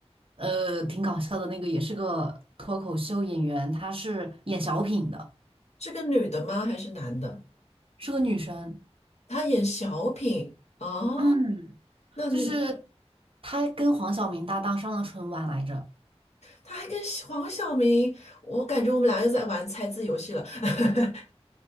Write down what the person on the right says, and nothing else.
呃，挺搞笑的那个，也是个脱口秀演员，她是演小品的，
是个女生。
嗯，
就是她跟黄晓明搭档上了春晚来着，